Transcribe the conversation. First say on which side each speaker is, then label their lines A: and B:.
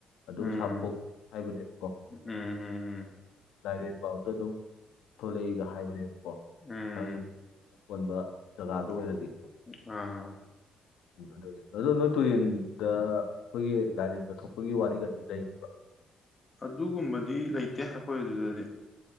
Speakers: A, on the left; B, on the left.
A: ꯑꯗꯨꯝ
B: ꯎꯝ
A: ꯁꯥꯄꯣꯛ ꯍꯥꯏꯕꯅꯦꯕꯀꯣ
B: ꯎꯝ ꯎꯝ ꯎꯝ
A: ꯂꯥꯏꯔꯦꯟ ꯐꯥꯎꯗ ꯑꯗꯨꯝ ꯊꯣꯛꯂꯛꯏꯒ ꯍꯥꯏꯕꯅꯦꯕꯀꯣ
B: ꯎꯝ
A: ꯃꯥꯒꯤ ꯑꯀꯣꯟꯕ ꯖꯒꯥꯗꯣ ꯑꯣꯏꯔꯗꯤ
B: ꯑ
A: ꯑꯗꯨꯅꯦ ꯑꯗꯣ ꯅꯣꯏ ꯇꯨꯔꯦꯟꯗ ꯑꯩꯈꯣꯏꯒꯤ ꯂꯥꯏꯔꯦꯟꯒ ꯊꯣꯛꯄꯒꯤ ꯋꯥꯔꯤꯒꯗꯤ ꯂꯩꯒꯤ
B: ꯑꯗꯨꯒꯨꯝꯕꯗꯤ ꯂꯩꯇꯦ ꯑꯈꯣꯏ ꯑꯗꯨꯗꯗꯤ